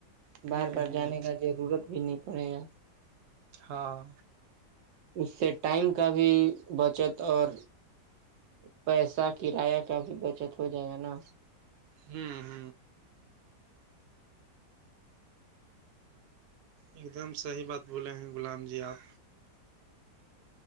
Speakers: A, on the right (about 65°); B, on the right (about 85°).
A: ہوم
B: بار بار
A: ہن
B: جانے کا ضرورت بھی نہیں پڑے گا
A: ہاں
B: اس سے ٹائم کا بھی بچت اور پیسہ کرایہ کا بھی بچت ہو جائے گا نا
A: ہ ہ ایک دم صحیح بات بولے ہیں غلام جی آپ